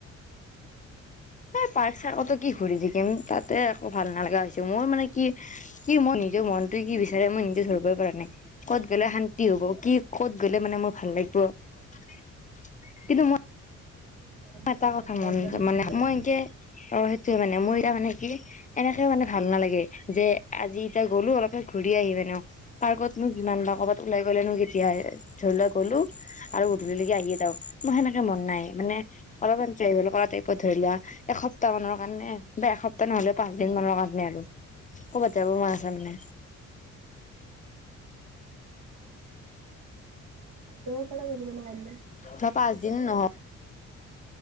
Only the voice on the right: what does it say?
। আৰু গৰম
বন্ধ
বুলি
ক'লে গাঁৱত
যাব ইচ্ছা
যায়।
ত পা গ ন মান গামে।